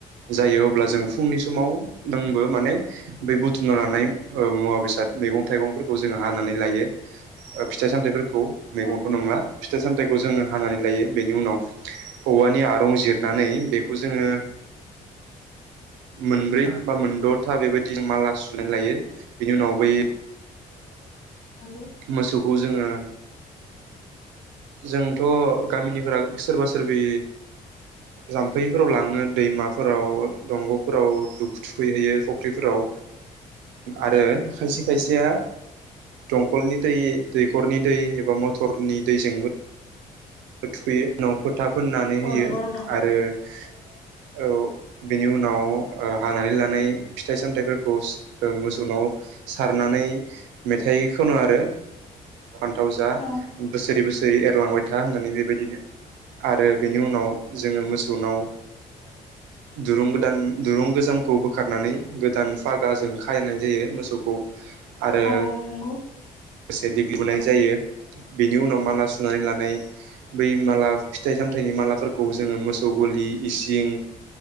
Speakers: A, on the right; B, on the left.
A: जायो अब्ला जों फुंनि समाव जोंबो माने बै बुथुमना लानाय मुवा बेसाद मैगं थाइगंफोरखौ जोङो हानानै लायो फिथाइ सामथायाइफोरखौ मैगंथ'
B: औ
A: नंला फिथाइ सामथाइखौ जोङो हानानै लायो बेनि उनाव औवानि आरं जिरनानै बेखौ जोङो मोनब्रै बा मोनद'था बेबायदि माला सुनानै लायो बिनि उनाव बै
B: नंगौ
A: मोसौखौ जोङो जोंथ' गामिनिफोरा सोरबा सोरबि जाम्फैफोराव लाङो दै दैमाफोराव दंग'फोराव दु थुखैहैयो फुख्रिफोराव
B: औ
A: आरो खायसे खायसेया दंखलनि दै दैखरनि दै एबा मथरनि दैजोंबो थुखैयो न' फोथा फोननानै होयो
B: औ नंगौ नोंथां
A: आरो औ बेनि उनाव हानानै लानाय फिथाइ सामथाइफोरखौ मोसौव नाव सार मेथाइ खनो आरो लाव जा
B: औ
A: बोसोरै बोसोरै एरलांबाय था होननानै बेबायदिनो आरो बेनि उनाव जोङो मोसौनाव दुरुं गोदान दुरुं गोजाम खौ बोखारनानै गोदान फागाजों खाहनाय जायो मोसौखौ आरो
B: औ औ नंगौ
A: लोगोसे दिग्लि बुनाय जायो बेनि उनाव माला सुनानै लानाय बै माला फिथाइ सामथाइनि मालाफोरखौ जोङो मोसौ गलि इसिं